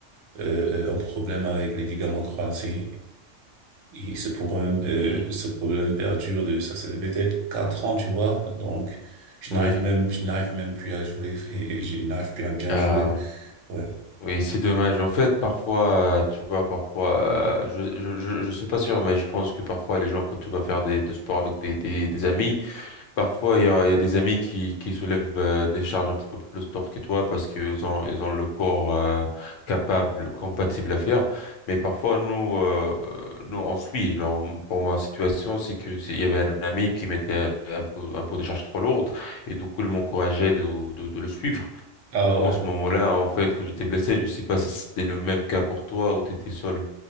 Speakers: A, on the right (about 80°); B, on the left (about 75°).
A: euh, euh, un problème avec les ligaments croisés. Et ce problème, euh,
B: Mhm.
A: ce problème perdure de, ça, ça fait peut-être quatre ans, tu vois. Donc, je
B: Oui.
A: n'arrive même, je n'arrive même plus à jouer et et je n'arrive plus à bien
B: Ah,
A: jouer.
B: oui.
A: Ouais.
B: Oui, c'est dommage. En fait, parfois, euh, tu vois, parfois, euh, je, je, je, je suis pas sûr, mais je pense que parfois, les gens, quand tu vas faire des, de sport avec des, des, des amis, Parfois, il y a, il y a des amis qui, qui soulèvent euh, des charges un petit peu plus lourdes que toi parce qu'ils ont, ils ont le corps euh, capable, compatible à faire. Mais parfois, nous, euh, nous, on suit. Genre, pour ma situation, c'est que c'est- il y avait un ami qui mettait un peu, un peu des charges trop lourdes et du coup, il m'encourageait de, de, de le suivre.
A: Ah
B: Du coup,
A: ouais.
B: en ce moment-là, en fait, que j'étais blessé, je sais pas si c'était le même cas pour toi ou t'étais seul